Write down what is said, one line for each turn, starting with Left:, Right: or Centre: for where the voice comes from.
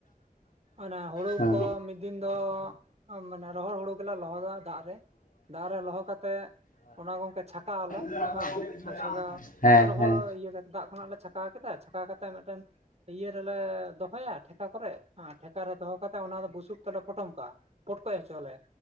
Right: ᱚᱱᱮ ᱦᱩᱲᱩ
Left: ᱦᱮᱸ
Right: ᱠᱚ ᱢᱤᱫ ᱫᱤᱱ ᱫᱚ ᱢᱟᱱᱮ ᱨᱚᱦᱚᱲ ᱦᱩᱲᱩ ᱜᱮᱞᱮ ᱞᱚᱦᱚᱫᱟ ᱫᱟᱜ ᱨᱮ ᱫᱟᱜ ᱨᱮ ᱞᱚᱦᱚ ᱠᱟᱛᱮ ᱚᱱᱟ ᱜᱚᱝᱠᱮ ᱪᱷᱟᱠᱟᱣ ᱟᱞᱮ
Left: <inaudible>
Right: ᱪᱷᱟᱠᱟᱣ
Left: ᱦᱮᱸ
Right: ᱢᱟᱱᱮ ᱨᱚᱦᱚᱲ ᱤᱭᱟᱹ ᱠᱟᱛᱮ ᱫᱟᱜ ᱠᱷᱚᱱᱟᱜ ᱞᱮ ᱪᱷᱟᱠᱟᱣ ᱠᱮᱫᱟ ᱪᱷᱟᱠᱟᱣ ᱠᱟᱛᱮ ᱢᱤᱫᱴᱮᱱ ᱤᱭᱟᱹ ᱨᱮᱞᱮ ᱫᱚᱦᱚᱭᱟ ᱴᱷᱮᱠᱟ ᱠᱚᱨᱮ ᱟᱨ ᱴᱷᱮᱠᱟ ᱨᱮ ᱫᱚᱦᱚ ᱠᱟᱛᱮ ᱚᱱᱟ ᱫᱚ ᱵᱩᱥᱩᱵ ᱛᱮᱞᱮ ᱯᱚᱴᱚᱢ ᱠᱟᱜᱼᱟ ᱯᱚᱴ ᱠᱚᱡ ᱦᱚᱪᱚ ᱟᱞᱮ